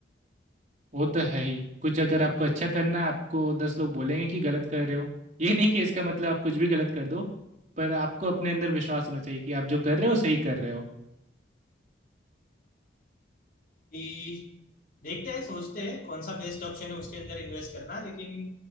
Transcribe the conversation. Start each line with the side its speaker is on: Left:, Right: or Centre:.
Right: वो तो है ही कुछ अगर आपको अच्छा करना है आपको दस लोग बोलेंगे कि गलत कर रहे हो ये नहीं कि इसका मतलब आप कुछ भी गलत कर दो पर आपको अपने अंदर विश्वास होना चाहिए कि आप जो कर रहे हो सही कर रहे हो
Left: अभी देखते हैं सोचते हैं कौन सा बेस्ट ऑप्शन है उसके अंदर इन्वेस्ट करना लेकिन